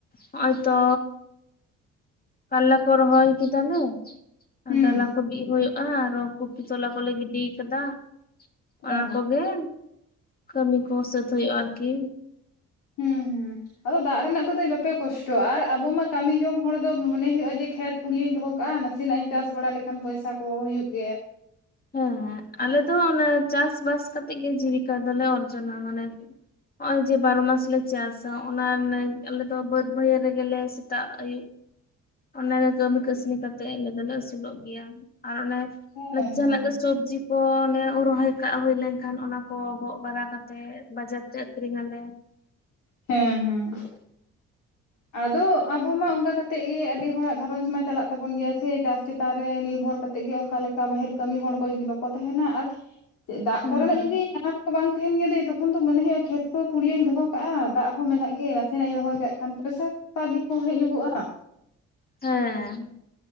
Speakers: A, on the left (about 30°); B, on the left (about 80°).
A: ᱦᱚᱸᱜ-ᱚᱭ ᱛᱚ ᱠᱟᱨᱞᱟ ᱠᱚ ᱨᱚᱦᱚᱭ ᱠᱮᱫᱟᱞᱮ
B: ᱦᱩᱸ
A: ᱟᱨ ᱰᱟᱞᱟ ᱠᱚ ᱵᱤᱫ ᱦᱩᱭᱩᱜ᱾ ᱟᱸ ᱨᱚᱠᱩᱯᱤᱛᱚᱞᱟ ᱠᱚᱞᱮ ᱜᱤᱰᱤᱭ ᱠᱟᱫᱟ ᱚᱱᱟ
B: ᱚ
A: ᱠᱚᱜᱮ᱾ ᱠᱟᱹᱢᱤ ᱠᱩ ᱥᱟᱹᱛ ᱦᱩᱭᱩᱜ-ᱟ ᱟᱨᱠᱤ᱾
B: ᱦᱩᱸ ᱦᱩᱸ ᱟᱫᱚ ᱫᱟᱜ ᱨᱮᱱᱟᱜ ᱛᱚᱵᱮ ᱵᱟᱯᱮ ᱠᱚᱥᱴᱚᱜ-ᱟ ᱟᱨ ᱟᱵᱚ ᱢᱟ ᱠᱟᱹᱢᱤ ᱡᱚᱢ ᱦᱚᱲ ᱫᱚ ᱢᱚᱱᱮ ᱦᱩᱭᱩᱜ-ᱟ ᱡᱮ ᱠᱷᱮᱛ ᱯᱩᱲᱤᱭᱟᱹᱧ ᱫᱚᱦᱚ᱾ ᱮᱸ ᱱᱟᱥᱤᱱᱟᱜ ᱤᱧ ᱪᱟᱥ ᱵᱟᱲᱟ ᱞᱮᱠᱷᱟᱱ ᱯᱚᱭᱥᱟ ᱠᱚ ᱦᱩᱭᱩᱜ ᱜᱮᱭᱟ᱾
A: ᱦᱮᱸᱦᱮᱸ ᱟᱞᱮ ᱫᱚ ᱚᱱᱮ ᱪᱟᱥᱵᱟᱥ ᱠᱟᱛᱮᱜ ᱜᱮ ᱡᱤᱵᱤᱠᱟ ᱫᱚᱞᱮ ᱚᱨᱡᱚᱱᱟ ᱢᱟᱱᱮ᱾ ᱱᱚᱜ-ᱚᱭ ᱡᱮ ᱵᱟᱨᱚ ᱢᱟᱥ ᱞᱮ ᱪᱟᱥ ᱥᱟ ᱚᱱᱟ ᱨᱮ ᱟᱞᱮ ᱫᱚ ᱵᱟᱹᱫ ᱵᱟᱹᱭᱦᱟᱹᱲ ᱨᱮᱜᱮ ᱞᱮ ᱥᱮᱛᱟᱜ ᱟᱹᱭᱩᱵ᱾ ᱚᱱᱟᱨᱮ ᱠᱟᱹᱢᱤ ᱠᱟᱹᱥᱱᱤ ᱠᱟᱛᱮᱜ ᱟᱞᱮ ᱫᱚᱞᱮ ᱟᱹᱥᱩᱞᱚᱜ ᱜᱮᱭᱟ ᱟᱨ ᱚᱱᱮ
B: ᱦᱮᱸ
A: ᱡᱟᱦᱱᱟᱜ
B: ᱦᱮᱸ
A: ᱜᱮ ᱥᱚᱵᱽᱡᱤ ᱠᱚ ᱚᱱᱮ ᱨᱚᱦᱚᱭ ᱠᱟᱜ ᱦᱩᱭ ᱞᱮᱱᱠᱷᱟᱱ ᱚᱱᱟ ᱠᱚᱦ ᱵᱟᱨᱟ ᱠᱟᱛᱮ ᱵᱟᱡᱟᱨ ᱛᱮ ᱟᱹᱠᱷᱨᱤᱧ ᱟᱞᱮ᱾
B: ᱦᱮᱸ ᱦᱮᱸ᱾ ᱟᱫᱚ ᱟᱵᱚ ᱢᱟ ᱚᱱᱠᱟ ᱠᱟᱛᱮᱜᱤ ᱟᱹᱰᱤ ᱦᱚᱲᱟᱜ ᱜᱷᱟᱨᱚᱸᱡᱽ ᱢᱟ ᱪᱟᱞᱟᱜ ᱛᱟᱵᱚᱱ ᱜᱮᱭᱟ ᱥᱮ ᱪᱟᱥ ᱪᱮᱛᱟᱱ ᱨᱮ ᱱᱤᱨᱵᱷᱚᱨ ᱠᱟᱛᱮ᱾ ᱛᱮ ᱜᱮ ᱚᱱᱠᱟ ᱞᱮᱠᱟ ᱵᱟᱦᱮᱨ ᱠᱟᱹᱢᱤ ᱦᱚᱲ ᱠᱚ ᱡᱩᱫᱤ ᱵᱟᱠᱚ ᱛᱟᱦᱮᱱᱟ ᱟᱨ ᱪᱮᱫ ᱫᱟᱜ
A: ᱦᱩᱸ
B: ᱠᱚᱨᱮᱱᱟᱜ ᱡᱩᱫᱤ᱾ ᱵᱟᱝ ᱛᱟᱦᱮᱱ ᱜᱮᱭᱟ ᱫᱟᱹᱧ ᱛᱚᱠᱷᱚᱱ ᱫᱚ ᱢᱚᱱᱮ ᱦᱩᱭᱩᱜ-ᱟ ᱠᱷᱮᱛ ᱠᱚ ᱯᱩᱲᱤᱭᱟᱹᱧ ᱫᱚᱦᱚ ᱠᱟᱜ-ᱟ ᱫᱟᱜ ᱦᱚᱸ ᱢᱮᱱᱟᱜ ᱜᱮ᱾ ᱛᱤᱱᱟᱹᱧ ᱨᱚᱦᱚᱭ ᱠᱟᱜ ᱠᱷᱟᱱ ᱯᱚᱭᱥᱟ ᱠᱟᱹᱣᱰᱤ ᱠᱚ ᱦᱮᱡ ᱧᱚᱜᱚᱜ-ᱟ᱾
A: ᱦᱮᱸ